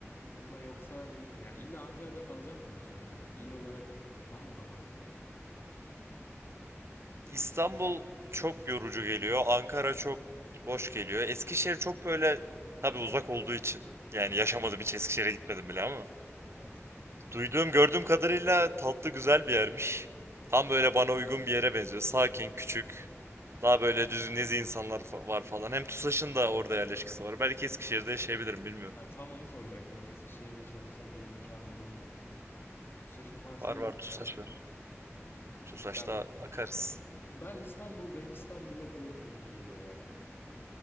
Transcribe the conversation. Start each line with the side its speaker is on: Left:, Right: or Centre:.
Left: Onunla yoksa ne bileyim ya illa Ankara'da kalacağım mı diyorsun yani? İl olarak var mı kafanda bir yer?
Right: İstanbul çok yorucu geliyor. Ankara çok boş geliyor. Eskişehir çok böyle tabii uzak olduğu için. Yani yaşamadım hiç Eskişehir'e gitmedim bile ama.
Left: Evet.
Right: Duyduğum gördüğüm kadarıyla tatlı güzel bir yermiş. Tam böyle bana uygun bir yere benziyor. Sakin, küçük. Daha böyle düzgün nezi insanlar fa- var falan. Hem TUSAŞ'ın da orada yerleşkesi var. Belki Eskişehir'de yaşayabilirim bilmiyorum.
Left: Ben tam onu soracaktım. Hani Eskişehir'de çalışacak yer imkanı olur mu? TUSAŞ'ın varsa
Right: Var
Left: iyi.
Right: var TUSAŞ var. TUSAŞ'ta
Left: Ya
Right: akarız.
Left: Ben İstanbul'dayım, İstanbul'da kalırım gibime geliyor ya.